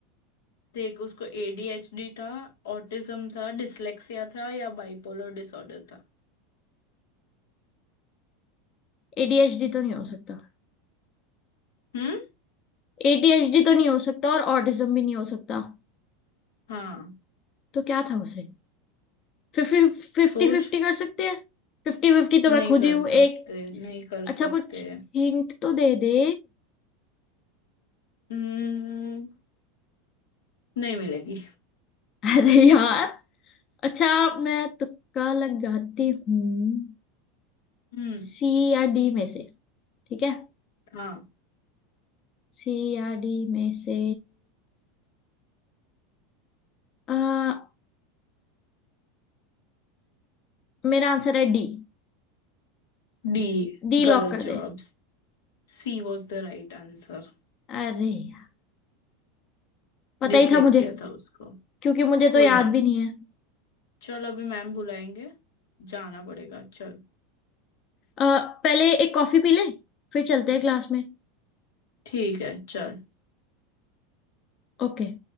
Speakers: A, on the left (about 85°); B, on the left (about 40°).
A: देख उसको एडीएचडी था ऑटिज्म था डिसलेक्सिया था या बाइपोलर डिसऑर्डर था
B: एडीएचडी तो नहीं हो सकता
A: हम्म
B: एडीएचडी तो नहीं हो सकता और ऑटिज्म भी नहीं हो सकता
A: हाँ
B: तो क्या था उसे फिफ्टी फिफ्टी
A: सोच
B: फिफ्टी कर सकते हैं फिफ्टी फिफ्टी तो
A: नहीं
B: मैं खुद
A: कर
B: ही हूँ
A: सकते
B: एक
A: नहीं कर सकते
B: अच्छा कुछ हिंट तो दे दे
A: हम्म नहीं मिलेगी
B: अरे यार अच्छा मैं तुक्का लगाती हूँ
A: हम्म
B: सी या डी में से ठीक है
A: हाँ
B: सी या डी में से आ, मेरा आंसर है डी
A: डी
B: डी लॉक
A: गलत
B: कर
A: जवाब
B: दे
A: C was the right answer
B: अरे यार पता
A: Dyslexia
B: ही था मुझे
A: था उसको
B: क्योंकि मुझे
A: कोई
B: तो याद
A: ना
B: भी नहीं है
A: चल अभी मैम बुलाएंगे जाना पड़ेगा चल
B: अ, पहले एक कॉफी पी ले फिर चलते हैं क्लास में
A: ठीक है चल
B: ओके